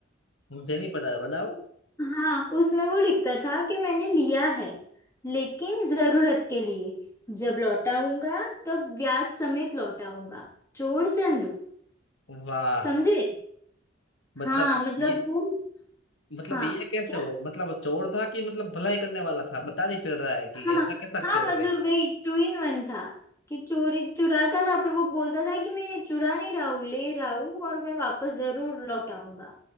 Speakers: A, on the left (about 70°); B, on the left (about 15°).
A: मुझे नहीं पता बनाओ
B: हाँ उसमें वो लिखता था कि मैंने लिया है लेकिन जरूरत के लिए जब लौटाऊंगा तब ब्याज समेत लौटाऊंगा चोर चंदू
A: वाह
B: समझे
A: मतलब
B: हाँ मतलब
A: ये
B: वो
A: मतलब
B: हाँ
A: ये कैसे
B: क्या
A: हो मतलब चोर था कि मतलब भलाई करने वाला था पता नहीं चल रहा है कि
B: <laughs> हाँ
A: ऐसा कैसा
B: हाँ
A: चोर
B: मतलब
A: है
B: वही टू इन वन था कि चोरी चुराता था पर वो बोलता था कि मैं चुरा नहीं रहा हूँ ले रहा हूँ और मैं वापस जरूर लौटाऊंगा